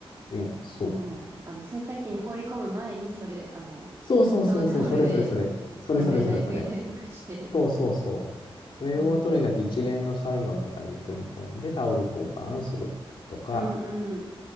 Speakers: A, on the left (about 60°); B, on the right (about 30°).
A: ね、そう。
B: もう、あの、洗濯機に放り込む前に、それ、あの、
A: そうそうそうそう、
B: そのタオルで、
A: それそれそれ。それそれそれそれ。
B: 洗面台拭いたりとかして。
A: そうそうそう。それをとにかく一連の作業の中に組み込んでタオル交換をするとか、
B: うん。うんうん。